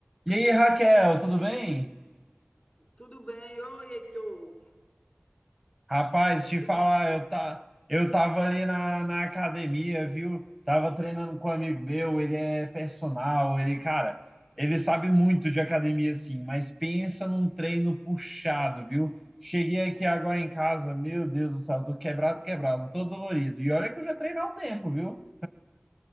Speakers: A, in the centre; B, on the left (about 35°).
A: E aí, Raquel, tudo bem?
B: Tudo bem? Oi, Heitor.
A: Rapaz,
B: Tá
A: te
B: tudo
A: falar,
B: bem,
A: eu,
B: filho.
A: tá, eu tava ali na, na academia, viu? Tava treinando com um amigo meu, ele é personal, ele, cara, ele sabe muito de academia, assim, mas pensa num treino puxado, viu? Cheguei aqui agora em casa, meu Deus do céu, tô quebrado, quebrado, tô dolorido. E olha que eu já treino há um tempo, viu?